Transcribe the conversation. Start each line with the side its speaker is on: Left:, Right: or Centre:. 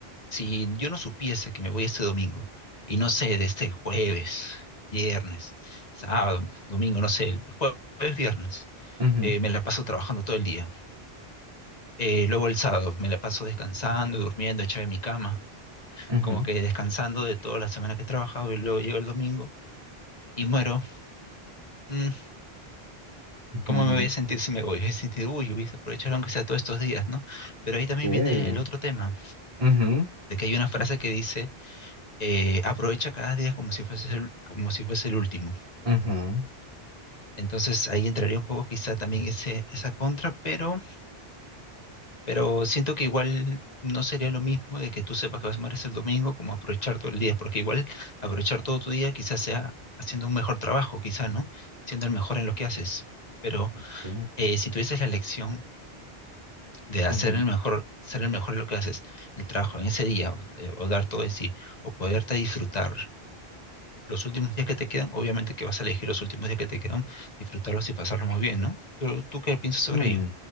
Left: si yo no supiese que me voy este domingo, y no sé, de este jueves, viernes, sábado, domingo, no sé, el jueves, viernes,
Right: ujú,
Left: eh, me la paso trabajando todo el día. Eh, luego el sábado me la paso descansando, durmiendo, echado en mi cama,
Right: ujú,
Left: como que descansando de toda la semana que he trabajado y luego llega el domingo y muero. Mm, ¿cómo
Right: ujú,
Left: me voy a sentir si me voy? Voy a sentir, uy, hubiese aprovechado aunque sea todos estos días, ¿no? Pero
Right: ok,
Left: ahí también viene el otro tema,
Right: ujú,
Left: de que hay una
Right: sí,
Left: frase que dice, eh, aprovecha cada día como si fuese el, como si fuese el último.
Right: ujú,
Left: Entonces ahí entraría un poco quizá también ese, esa contra, pero, pero siento que igual no sería lo mismo de que tú sepas que vas a morir el domingo como aprovechar todo el día, porque igual aprovechar todo tu día quizás sea haciendo un mejor trabajo, quizá, ¿no? Siendo el mejor en lo que haces. Pero
Right: ok,
Left: eh, si tuvieses la elección de hacer
Right: ujú,
Left: el mejor, ser el mejor en lo que haces, el trabajo en ese día, o, eh, o dar todo de sí, o poderte disfrutar los últimos días que te quedan, obviamente que vas a elegir los últimos días que te quedan, disfrutarlos y pasarlos muy bien, ¿no? ¿Tú, tú qué piensas sobre
Right: hmm.
Left: ello?